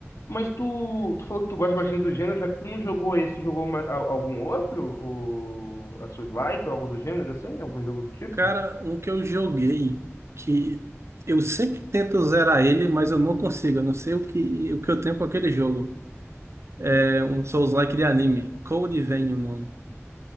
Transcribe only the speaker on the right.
Cara, um que eu joguei que eu sempre tento zerar ele, mas eu não consigo. Eu não sei o que, o que eu tenho com aquele jogo. É um Souls-like de anime. Code Vein o nome.